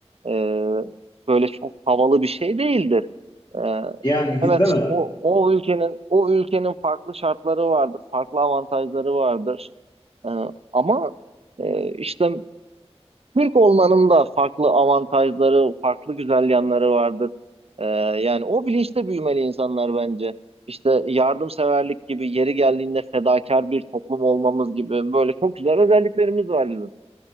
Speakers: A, on the right (about 65°); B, on the left (about 40°).
A: e, böyle çok havalı bir şey değildir. Ee,
B: Yani
A: evet
B: değil mi?
A: o, o ülkenin o ülkenin farklı şartları vardır, farklı avantajları vardır. Ee, ama e, işte Türk olmanın da farklı avantajları, farklı güzel yanları vardır. Ee, yani o bilinçte büyümeli insanlar bence. İşte yardımseverlik gibi, yeri geldiğinde fedakar bir toplum olmamız gibi böyle çok güzel özelliklerimiz var bizim.